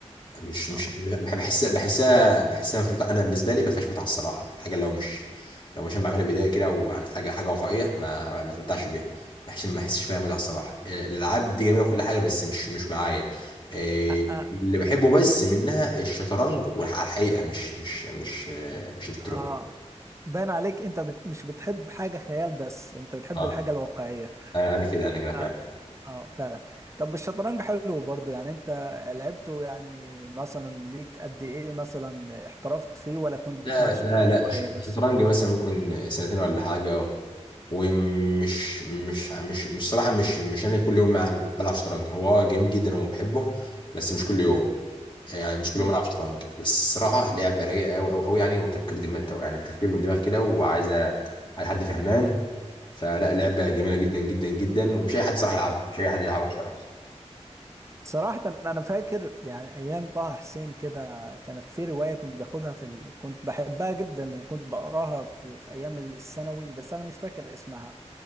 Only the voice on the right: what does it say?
اه
أ- أ-
اه باين عليك انت بت... مش بتحب حاجة خيال بس انت بتحب
الحاجة الواقعية
اه
اه فعلا طب الشطرنج حلو برضو يعني انت لعبته يعني مثلا ليك قد ايه مثلا احترفت فيه ولا كنت
بتمارسه
كهواية
بس
مم.
صراحة انا فاكر يعني ايام طه حسين كده كانت في رواية كنت باخدها في ال... كنت بحبها جدا وكنت بقراها في... في ايام الثانوي بس انا مش فاكر اسمها